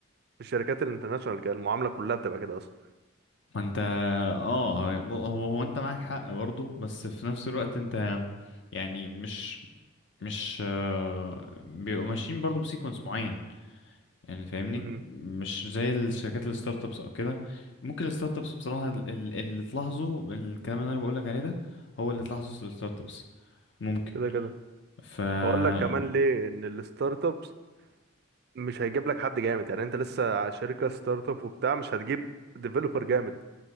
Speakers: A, on the right; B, on the left.
A: في الشركات الانترناشونال كده المعامله كلها بتبقى كده اصلا
B: ما انت اه هو هو انت معاك حق برضه بس في نفس الوقت انت يعني مش مش آه، بيبقوا ماشيين برضه بسيكونس معين يعني فاهمني
A: امم
B: مش زي الشركات الستارت ابس او كده ممكن الستارت ابس بصراحة ال- ال- اللي تلاحظه الكلام اللي انا بقولك عليه ده هو اللي تلاحظه في الستارت ابس ممكن
A: كده كده
B: ف اه
A: هقول لك كمان ليه ان الستارت ابس مش هيجيب لك حد جامد يعني انت لسه شركه ستارت اب وبتاع مش هتجيب ديفلوبر جامد